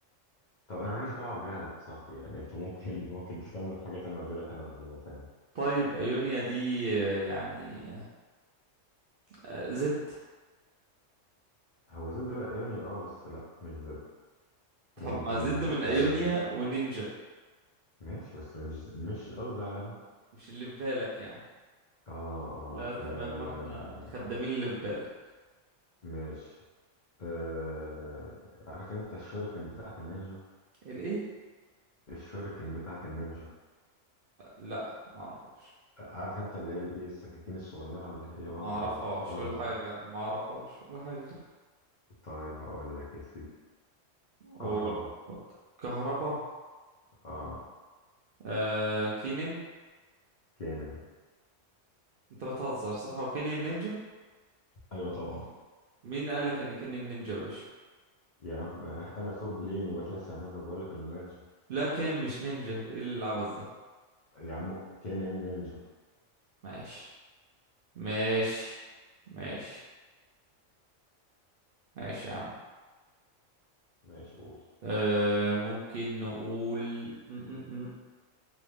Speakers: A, on the left; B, on the right.
A: طب انا ماليش دعوه بجهلك يا صاحبي يعني انت ممكن <laughs> ممكن تخمن حاجه تانية وادي لك انا معلومه تانية
B: طيب ايونيا دي آه، يعني آه، زد
A: هو ضد بقى ايونيا اه بس لا مش ضد
B: طب
A: ممكن
B: ما زد من
A: نقول
B: ايونيا ونينجا
A: ماشي بس مش مش قصدي على ده
B: مش اللي في بالك يعني
A: اه اه,
B: لا تمام
A: آه
B: واحنا خدامين اللي في بالك
A: ماشي آه عارف انت الشuriكن بتاعت النينجا
B: الايه
A: الشuriكن بتاعت النينجا
B: لا ما اعرفهاش
A: عارف انت اللي هي الايه السكاكين الصغيرة اللي هي
B: ما
A: واخدة
B: اعرفهاش
A: أربع
B: ولا حاجه غيرها ما اعرفهاش ولا حاجه غيرها
A: طيب هقول لك يا سيدي
B: قول.
A: كهربا
B: كهربا
A: اه
B: آه كينين
A: كامل
B: انت بتهزر صح هو كينين نينجا
A: ايوه طبعا
B: مين قال لك ان كينين نينجا يا باشا
A: يا عم انا توب لين وبتلسع منه وبقول لك انه نينجا
B: لا كينين مش نينجا ايه العبث ده
A: يا عم كينين نينجا
B: ماشي ماشي ماشي ماشي يا عم
A: ماشي قول
B: آه ممكن نقول م -م -م.